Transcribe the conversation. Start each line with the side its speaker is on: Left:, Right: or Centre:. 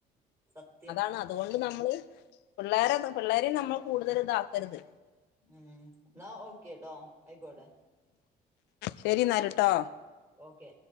Right: സത്യം
Left: അതാണ് അതുകൊണ്ട് നമ്മള് പിള്ളേരെ പിള്ളേരിം നമ്മൾ കൂടുതൽ ഇതാക്കരുത്
Right: ഉം ന്നാ ഓക്കെ ട്ടോ അയിക്കോട്ടെ
Left: ശരി ഇന്നാല് ട്ടോ
Right: ഓക്കെ